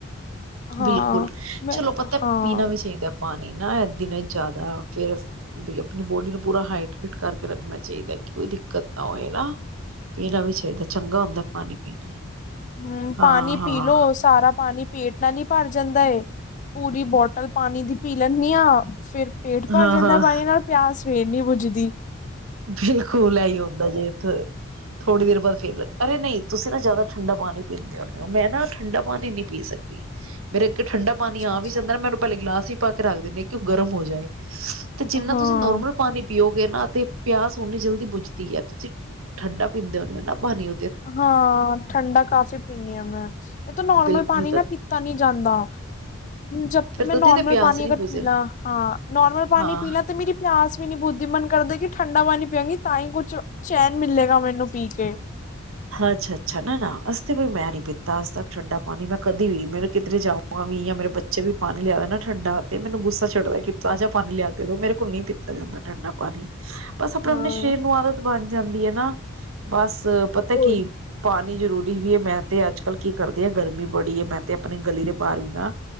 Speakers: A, on the left (about 35°); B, on the right (about 85°).
A: ਹਾਂ
B: ਬਿਲਕੁਲ
A: ਮੈਂ
B: ਚਲੋ ਪਤਾ
A: ਹਾਂ
B: ਪੀਣਾ ਵੀ ਚਾਹੀਦਾ। ਪਾਣੀ ਨਾ ਇਹ ਦਿਨੇ ਜਿਆਦਾ ਫੇਰ ਸ <unintelligible> ਆਪਣੀ ਬੋਡੀ ਨੂੰ ਪੂਰਾ ਹਾਈਡਰੇਟ ਕਰਕੇ ਰੱਖਣਾ ਚਾਹੀਦਾ ਕਿ ਕੋਈ ਦਿੱਕਤ ਨਾ ਹੋਏ ਨਾ <unintelligible> ਵੀ ਇਹ ਤਾਂ ਚੰਗਾ ਹੁੰਦਾ ਪਾਣੀ ਪੀਣਾ।
A: ਹਮ
B: ਹਾਂ
A: ਪਾਣੀ
B: ਹਾਂ
A: ਪੀ ਲੋੋ ਸਾਰਾ ਪਾਣੀ। ਪੇਟ ਨਾਲ ਹੀ ਭਰ ਜਾਂਦਾ ਏ ਪੂਰੀ ਬੋਟਲ ਪਾਣੀ ਦੀ ਪੀ ਲੈਂਨੀ ਹਾਂ ਫਿਰ। ਪੇਟ ਭਰ
B: ਹਾਂ
A: ਜਾਂਦਾ
B: ਹਾਂ
A: ਪਾਨੀ ਨਾਲ ਪਿਆਸ ਵੇਰ ਨਹੀਂ ਬੁਜਦੀ।
B: ਬਿਲਕੁਲ ਐਹੀ ਹੋਦਾਂ ਜੇ ਇੱਥੇ। ਥੋੜੀ ਦੇਰ ਬਾਅਦ ਫਿਰ ਅਰੇ ਨਹੀਂ ਤੁਸੀਂ ਨਾ ਜ਼ਿਆਦਾ ਠੰਡਾ ਪਾਣੀ ਪੀਂਦੇ ਹੁੰਨੇ ਹੋ ਮੈਂ ਨਾ ਠੰਡਾ ਪਾਣੀ ਨਹੀਂ ਪੀ ਸਕਦੀ।
A: <inaudible>
B: ਫੇਰ ਇੱਕ ਠੰਡਾ ਪਾਣੀ
A: ਅੱਛਾ
B: ਆ
A: ਅੱਛਾ।
B: ਵੀ ਜਾਂਦਾ ਨਾ ਮੈ ਉਹਨੂੰ ਪਹਿਲੇ ਗਿਲਾਸ ਹੀ ਪਾ ਕੇ ਰੱਖ ਦਿੰਨੀ ਹਾਂ ਕਿ ਉਹ ਗਰਮ ਹੋ ਜਾਏ। ਤੇ ਜਿੰਨਾ
A: ਹਾਂ,
B: ਤੁਸੀਂ ਨੋਰਮਲ ਪਾਣੀ ਪੀਓਗੇ ਨਾ ਤੇ ਪਿਆਸ ਓਨੀ ਜਲਦੀ ਬੁਜਦੀ ਹੈ ਤੁਸੀਂ ਠੰਡਾ ਪੀਂਦੇ ਹੋੁੰਦੇ ਹੋ ਨਾ ਬਣੀ।
A: ਹਾਂ ਠੰਡਾ ਕਾਫ਼ੀ ਪੀਣੀ ਹਾਂ ਮੈਂ ਇਹ ਤਾਂ ਨੋਰਮਲ
B: ਬਿਲਕੁਲ
A: ਪਾਣੀ ਨਾ ਪੀਤਾ ਨੀ ਜਾਂਦਾ। ਜਬ
B: ਫਿਰ
A: ਮੈਂ
B: ਤਦੀ
A: ਨੋਾਰਮਲ
B: ਤੇ ਪਿਆਸ
A: ਪਣੀ
B: ਨੀ
A: ਅਗਰ ਪੀਲਾ
B: ਬੁਝੇ
A: ਹਾਂ ਨੋਾਰਮਲ ਪਣੀ
B: ਹਾਂ
A: ਪੀਲਾ ਤਾਂ ਮੇਰੀ ਪਿਆਸ ਵੀ ਨਹੀਂ ਬੁੱਝਦੀ ਦਿਲ ਕਰਦੇ ਕਿ ਠੰਡਾ ਪਾਣੀ ਪਆਗੀ ਤਾਂ ਹੀ ਕੁਝ ਚੈਨ ਮਿਲੇਗਾ ਮੈਨੂੰ ਪੀ ਕੇ।
B: ਅੱਛਾ ਅੱਛਾ ਨਾ ਨਾ ਅੱ ਤੇ ਵੀਈ ਮੈਂ ਨੀ ਪੀਤਾ ਅੱਜ ਤੱਕ ਠੰਡਾ ਪਾਣੀ ਮੈਂ ਕਦੀ ਵੀ। ਮੇ ਕਿੱਧਰੇ ਜਾਵਾਂ ਵੀ ਜਾਂ ਮੇਰੇ ਬੱਚੇ ਵੀ ਪਾਣੀ ਲਿਆਦਾ ਨਾ ਠੰਡਾ ਤੇ ਮੈਨੂੰ ਗੁੱਸਾ ਛੱਡਦਾ। ਤਾਜ਼ਾ ਪਾਣੀ ਲਿਆ ਕੇ ਦੋ ਮੇਰੇ ਕੋ ਨ ਨਹੀਂ ਪੀ ਪੀਤਾ ਜਾਂਦਾ ਠੰਡਾ ਪਾਣੀ ਬਸ ਆਪਣੇ
A: ਹਾਂ,
B: ਆਪਣੇ ਸਰੀਰ ਨੂੰ ਆਦਤ ਬਣ ਜਾਂਦੀ ਹੈ ਨਾ ਬਸ। ਪਤਾ
A: ਓਏ
B: ਕੀ। ਪਾਣੀ ਜ਼ਰੂਰੀ ਵੀ ਹੈ ਮੈਂ ਤੇ ਅੱਜ ਕੱਲ੍ਹ ਕੀ ਕਰਦੇ ਹਾਂ ਗਰਮੀ ਬੜੀ ਹੈ ਮੈਂ ਤੇ ਆਪਣੇ ਗਲੀ ਦੇ ਬਾਹਰ ਵੀ ਨਾ।